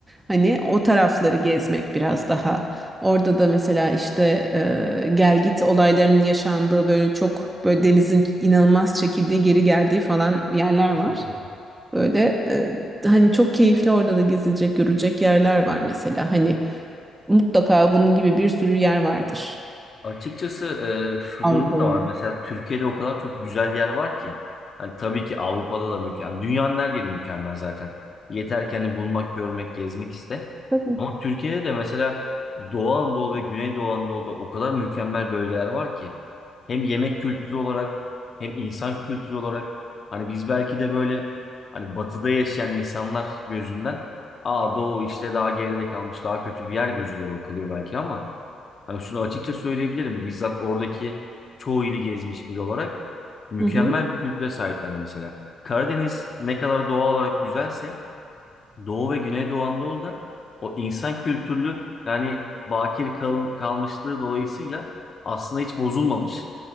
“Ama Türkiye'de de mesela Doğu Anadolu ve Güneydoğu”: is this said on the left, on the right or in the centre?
Left